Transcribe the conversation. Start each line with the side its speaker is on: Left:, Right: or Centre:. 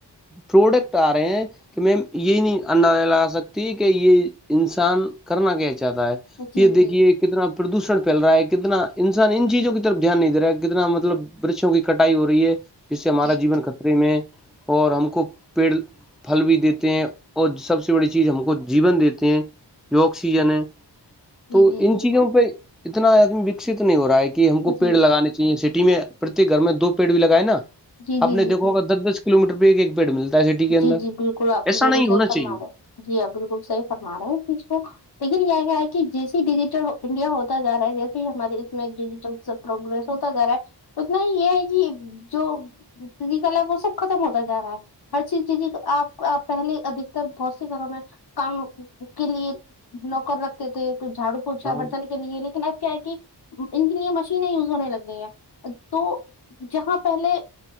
Centre: پروڈکٹ آ رہے ہیں کہ میم یہ نہیں ان لا سکتی کہ یہ انسان کرنا کیا چاہتا ہے
Left: جی
Centre: یہ دیکھیے
Left: جی
Centre: کتنا پردوشن پھیل رہا ہے کتنا انسان ان چیزوں کی طرف دھیان نہیں د رہا ہے کتنا مطلب برچوں کی کٹائی ہو رہی ہے جس سے ہمارا
Left: جی
Centre: جین خطرے میں ہے اور ہم کو پیڑ پل بھی دیتے ہیں اور سب سے بڑی چیز ہم کو جیون دیتے ہیں جو آکسیجن ہے
Left: جی
Centre: تو
Left: جی
Centre: ان
Left: بالکل
Centre: چیزوں پہ اتنا آدمی وکست نہیں ہو رہا ہے کہ ہم کو
Left: جی
Centre: پیڑ لگانے کا سٹی میں پرت گھر میں دو پیڑ بھی لگائے نا
Left: جی جی
Centre: آپ
Left: جی
Centre: دیکھو
Left: جی
Centre: ہوگا دس دس کلو میٹر پہ ایک ایک پیڑ ملتا ہے سٹی کے اندر
Left: جی جی بالکل آپ نے
Centre: ایسا
Left: بالکل
Centre: نہیں
Left: صحیح
Centre: ہونا
Left: فرما
Centre: چاہیے
Left: دا جی ہاں بالکل صحیح فرما رہا ہیں اس چیز کو لیکن یہ گ ہے کہ جس ڈیجیٹل انڈیا ہوتا جا رہا ہے جیسے ہی ہمارے اس میں ڈیجیٹل پروگگرس ہوتا جا رہا ہے اتنا یہ ہے کہ جو فزیکل ہے وہ سب ختم ہوتا جا رہا ہے ہر چیز جی جی آپ پہلے ادکتر بہت سے گھروں میں کام کے لیے نوکر رکھتے تھےئی جھاڑو پوونچھا
Centre: ہاں
Left: برت نہیں کے لیے لیکن اب کیا ہے کہ ان کے لیے مشینیں یوز ہونے لگ گی ہیں تو جہاں پہلے